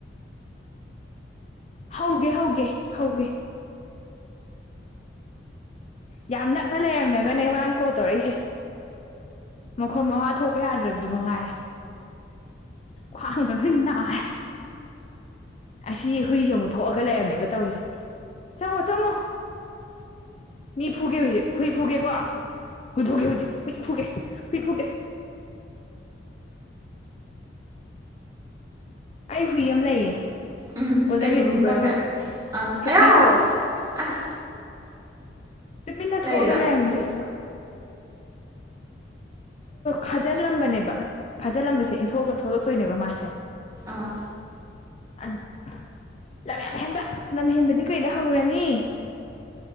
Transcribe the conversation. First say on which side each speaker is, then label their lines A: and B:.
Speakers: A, on the left; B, on the right.
A: ꯍꯧꯒꯦ ꯍꯧꯒꯦ ꯍꯧꯒꯦ ꯌꯥꯝ ꯅꯛꯅ ꯂꯩꯔꯝꯃꯒꯅꯦ ꯃꯥꯅ ꯀꯣꯜ ꯇꯧꯔꯛꯏꯁꯦ ꯃꯈꯣꯟ ꯃꯋꯥ ꯊꯣꯛꯄ ꯌꯥꯗ꯭ꯔꯕꯗꯨ ꯃꯉꯥꯏꯌꯦ ꯈ꯭ꯋꯥꯡꯒ ꯂꯣꯏ ꯅꯥꯔꯦ ꯑꯁꯤ ꯍꯨꯏꯁꯦ ꯑꯃꯨꯛ ꯊꯣꯛꯑꯒ ꯂꯩꯔꯝꯃꯦꯕ ꯇꯧꯔꯤꯁꯦ ꯆꯪꯉꯣ ꯆꯪꯉꯣ ꯃꯤ ꯐꯨꯒꯦ ꯍꯧꯖꯤꯛ ꯍꯨꯏ ꯐꯨꯒꯦꯀꯣ ꯍꯨꯏ ꯐꯨꯒꯦ ꯍꯧꯖꯤꯛ ꯍꯨꯏ ꯐꯨꯒꯦ ꯍꯨꯏ ꯐꯨꯒꯦ ꯑꯩ ꯍꯨꯏ ꯑꯃ ꯂꯩꯌꯦ
B: ꯎꯝ
A: ꯒꯣꯜꯗꯟ
B: ꯀꯩ
A: ꯔꯤꯇꯤꯚꯔ
B: ꯃꯃꯤꯡ ꯀꯧꯒꯦ
A: ꯑꯃ
B: ꯑꯥ
A: ꯍꯦꯞꯄꯤ
B: ꯑꯌꯥ
A: ꯀꯧꯋꯦ
B: ꯑꯁ
A: ꯇꯨꯃꯤꯟꯅ
B: ꯂꯩꯔꯥ
A: ꯊꯣꯛꯑꯒ ꯂꯩꯔꯝꯃꯤꯁꯦ ꯎ ꯈꯥꯖꯤꯜꯂꯝꯕꯅꯦꯕ ꯐꯖꯜꯂꯝꯕꯁꯦ ꯏꯟꯊꯣꯛꯑꯒ ꯊꯣꯛꯂꯛꯄ ꯇꯣꯏꯅꯦꯕ ꯃꯥꯁꯦ
B: ꯑꯥ
A: <unintelligible> ꯂꯝ ꯌꯥꯝ ꯍꯦꯟꯕ ꯂꯝ ꯍꯦꯟꯕꯗꯤ ꯀꯩꯗ ꯍꯪꯉꯨꯔꯅꯤ